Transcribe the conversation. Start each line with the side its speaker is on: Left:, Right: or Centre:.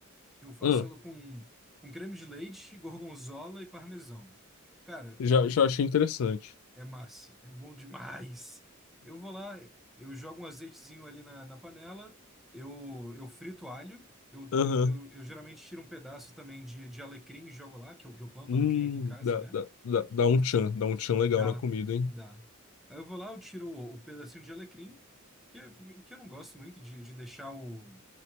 Centre: Eu faço
Left: Ah,
Centre: ela com, com creme de leite, gorgonzola e parmesão. Cara,
Left: já, já achei interessante.
Centre: É massa, é bom demais. Eu vou lá, eu jogo um azeitezinho ali na, na panela, eu, eu frito alho, eu,
Left: Aham.
Centre: eu, eu, eu geralmente tiro um pedaço também de, de alecrim e jogo lá, que eu, que eu planto
Left: Hum,
Centre: alecrim aqui em casa,
Left: dá,
Centre: né?
Left: dá, dá, dá um tchan, dá um tchan legal
Centre: Dá,
Left: na comida, hein?
Centre: dá. Aí eu vou lá, eu tiro o, o pedacinho de alecrim, que, é, que eu não gosto muito de, de deixar o,